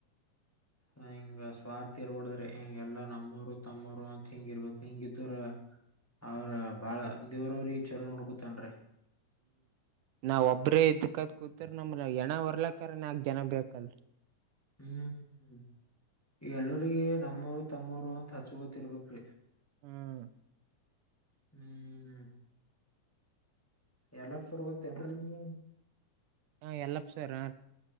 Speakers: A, on the right (about 80°); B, in the centre.
A: <inaudible>
B: ಹಿಂಗ ಸ್ವಾರ್ಥ ಇರ್ಬಡ್ರ ಹಿಂಗೆಲ್ಲಾ ನಮ್ಮೂರು ತಮ್ಮರು ಅಂತ ಹಿಂಗ ಇರ್ಬೇಕು ಹಿಂಗಿದ್ರ. ಅವ್ರ ಬಾಳ ದೇವರವ್ರಿಗೆ ಚಲೋ ನೊಡ್ಕೊತನರೀ.
A: ನಾವ ಒಬ್ಬ್ರೇ ಇದ್ಕತ್ ಕೂತ್ರ ನಮ್ ಹೆಣಾ ಹೊರ್ಲಕ್ಕ್ರ ನಾಕ್ ಜನ ಬೇಕಲ್ ರಿ.
B: ಹ್ಮ್ ಈ ಎಲ್ಲರಿಗ ನಮ್ಮವರು ತಮ್ಮವರು ಅಂತ ಹಚ್ಚು ಗೊತ್ತಿರ್ಬೇಕ್ರಿ.
A: ಹ್ಮ್
B: ಹ್ಮ್ ಎಲ್ಲ ಪುರ್ ಹೋಗ್ತೇನ್ರಿ ನೀವ
A: ಹಾ ಎಲ್ಲಪ್ ಸರ